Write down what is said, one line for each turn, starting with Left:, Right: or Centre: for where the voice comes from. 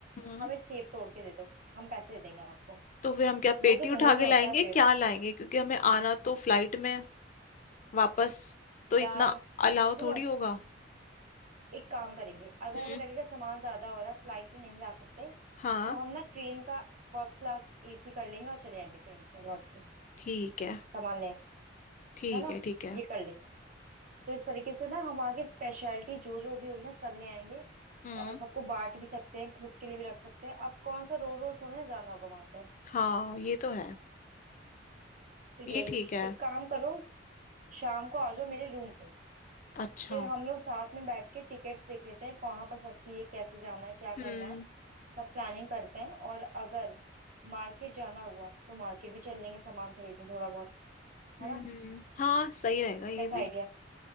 Left: हम्म
Right: हमें सेब तोड़ के दे दो हम पैसे दे देंगे आपको
Left: तो फिर हम क्या पेटी
Right: लोगों के
Left: उठा
Right: घरों में
Left: के
Right: होता
Left: लाएंगे
Right: है पेड़
Left: क्या लाएंगे क्योंकि हमें आना तो फ्लाइट में है वापस तो
Right: यार
Left: इतना अलाउ
Right: सुनो
Left: थोड़ी होगा
Right: एक काम करेंगे अगर
Left: हम्म
Right: हमें लगेगा सामान ज्यादा हो रहा है फ्लाइट में नहीं ला सकते
Left: हाँ
Right: तो हम ना ट्रेन का फर्स्ट क्लास एसी कर लेंगे और चले आएंगे ट्रेन से लौट के
Left: ठीक है
Right: सामान लेंगे
Left: ठीक
Right: है ना
Left: है ठीक है
Right: ये कर लेंगे तो इस तरीके से ना हम आगे स्पेशलिटी जो जो भी होगी ना सब ले आएंगे
Left: हम्म
Right: और सबको बांट भी सकते हैं खुद के लिए भी रख सकते हैं अब कौन सा रोज रोज थोड़ा ना जाना होगा वहां पर
Left: हाँ ये तो है
Right: तो यही
Left: ये ठीक है
Right: एक काम करो शाम को आ जाओ मेरे रूम पे
Left: अच्छा
Right: फिर हम लोग साथ में बैठ के टिकट्स देख लेते हैं कहाँ पर सस्ती है कैसे जाना है क्या
Left: हम्म
Right: करना है सब प्लानिंग करते हैं और अगर मार्केट जाना हुआ तो मार्केट भी चल लेंगे सामान खरीदने थोड़ा बहुत है
Left: हम्म
Right: ना
Left: हम्म, हाँ सही रहेगा ये
Right: कैसा
Left: भी
Right: आइडिया है?